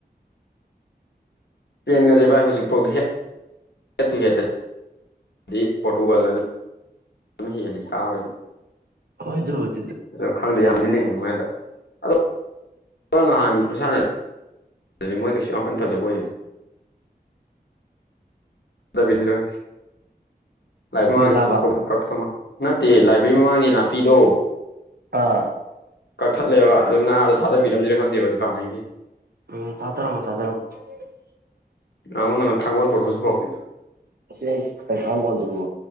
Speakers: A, on the left; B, on the right.
A: ꯄꯦꯟꯒꯖꯦ ꯚꯥꯏ ꯍꯧꯖꯤꯛꯐꯥꯎꯗ ꯍꯦꯛ ꯑꯦꯠ ꯇꯨ ꯍꯦꯠꯇ ꯗꯤ ꯄꯣꯔꯇꯨꯒꯜꯅ ꯂꯧ ꯑꯝꯍꯦꯂꯤ ꯀꯥꯕꯩꯗ
B: ꯍꯣꯏ ꯑꯗꯨꯕ꯭ꯨꯗ
A: ꯑꯗꯣ ꯈꯪꯗꯦ ꯌꯥꯝꯗꯤ ꯂꯤꯡꯉꯤ ꯃꯣꯏ ꯍꯟꯗꯛ ꯑꯗꯣ ꯑꯣꯅꯍꯥꯟꯒꯤ ꯈꯨꯁꯥꯟꯅ ꯑꯗꯨꯗꯤ ꯃꯣꯏ ꯀꯩꯁꯨ ꯌꯥꯝ ꯀꯟ ꯐꯖꯕ ꯑꯣꯏꯗꯦ ꯕꯒꯤꯟꯗ꯭ꯔꯥ <unintelligible>
B: ꯏꯁꯄꯦꯟ ꯂꯥꯕ
A: ꯅꯠꯇ꯭ꯦꯑꯦ ꯂꯥꯏꯕ꯭ꯔꯦꯔꯤ ꯃꯃꯥꯡꯒꯤ ꯅꯥꯄꯤꯗꯣ
B: ꯑꯥ
A: ꯀꯛꯊꯠꯂꯦꯕ ꯑꯗꯨ ꯉꯥꯗꯣ ꯊꯥꯗꯕꯤꯔꯝꯖꯤꯔꯥ ꯈꯪꯗꯦꯕ ꯗꯤꯄ꯭ꯥꯔꯠꯃꯦꯟꯒꯤ
B: ꯎꯝ ꯊꯥ ꯇꯔꯝꯃꯣ ꯊꯥꯗꯔꯝꯃꯣ <unintelligible>
A: <unintelligible> ꯊꯥꯒꯣꯟꯄꯨꯔꯛꯄ꯭ꯔꯥꯖꯨ ꯄꯨꯔꯛꯇꯦ
B: ꯑꯁꯤ ꯑ꯭ꯩꯆ ꯀꯩꯈꯥꯡꯒꯣꯟꯗꯨꯕꯨ